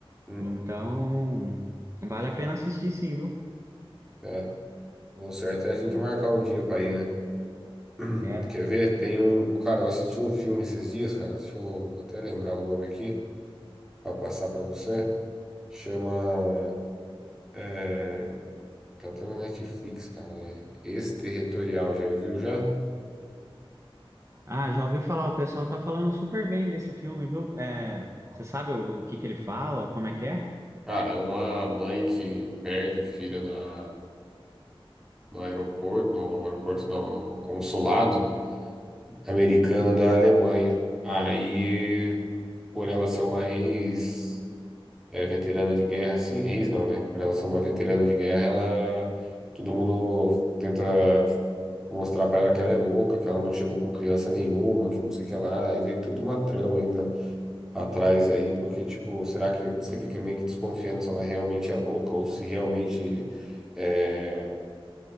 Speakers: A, in the centre; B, on the right (about 30°).
A: Hum.
B: então vale a pena assistir sim, viu?
A: É, o certo é a gente marcar um dia pra ir, né? <clears throat>
B: É.
A: Quer ver? Tem um. Cara, eu assisti um filme esses dias, cara. Deixa eu vou até lembrar o nome aqui, pra passar pra você. Chama. é, tá até na Netflix, cara. É Exterritorial, já viu já?
B: Ah, já ouvi falar, o pessoal tá falando super bem desse filme, viu? É, você sabe o que que ele fala, como é que é?
A: Cara, é uma mãe que perde o filho na, no aeroporto, no aeroporto não, no consulado americano da Alemanha. Aí, por ela ser uma ex, eh, veterana de guerra, assim, ex não, né? Por ela ser uma veterana de guerra, ela, todo mundo tenta mostrar pra ela que ela é louca, que ela não chegou com criança nenhuma, que não sei o que lá, e tem toda uma trama ainda atrás aí, porque, tipo, será que você fica meio que desconfiando se ela realmente é louca ou se realmente é,